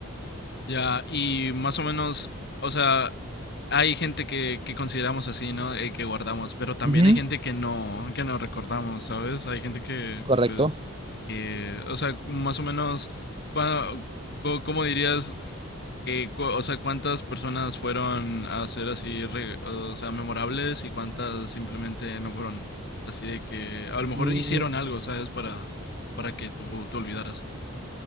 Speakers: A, on the left; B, on the right.
A: Ya, y más o menos, o sea, hay gente que, que consideramos así, ¿no? Eh, que guardamos, pero también
B: Ujú.
A: hay gente que no, que no recordamos, ¿sabes? Hay gente que,
B: Correcto.
A: pues, que, o sea, más o menos, ¿cuá- co- ¿cómo dirías que, cu- o sea, cuántas personas fueron a ser así, re- o sea, memorables y cuántas simplemente no fueron así de que, a lo mejor
B: Mm,
A: hicieron algo, ¿sabes? Para, para que tú te olvidaras.